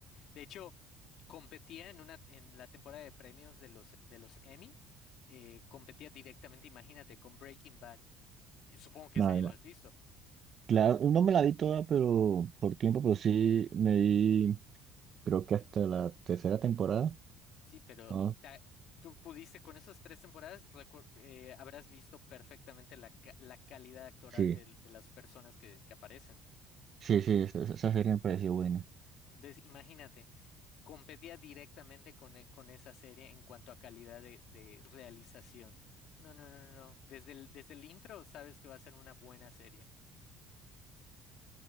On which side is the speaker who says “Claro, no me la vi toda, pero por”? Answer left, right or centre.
Right